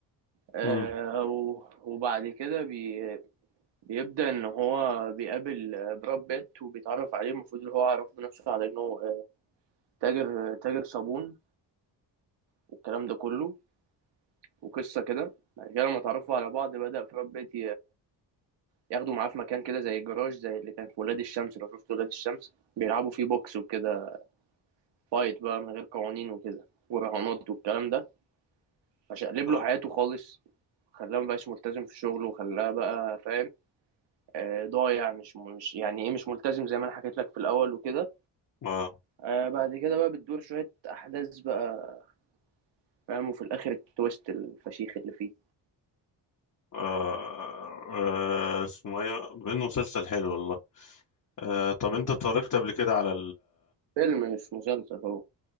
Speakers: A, on the right; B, on the left.
A: آه،
B: امم
A: و- وبعد كده بي بيبدا ان هو بيقابل آه، براد بيت وبيتعرف عليه المفروض ان هو عرف بنفسه على انه آه، تاجر آه، تاجر صابون والكلام ده كله وقصه كده بعد كده لما اتعرفوا على بعض بدأ براد بيت ياخدوا معاه في مكان كده زي الجراج زي اللي كان في ولاد الشمس لو شفت ولاد الشمس بيلعبوا فيه بوكس وكده فايت بقى من غير قوانين وكده ورهانات والكلام ده فشقلب
B: اه
A: له حياته خالص خلاه مبقاش ملتزم في شغله وخلاه بقى فاهم آه، ضايع مش مش يعني ايه مش ملتزم زي ما انا حكيت لك في الاول وكده
B: اه
A: آه، بعد كده بقى بتدور شوية احداث بقى فاهم وفي الاخر التويست الفشيخ اللي فيه
B: آه، آه، اسمه ايه بانه مسلسل حلو والله آه، طب انت اتفرجت قبل كده على
A: فيلم مش مسلسل هو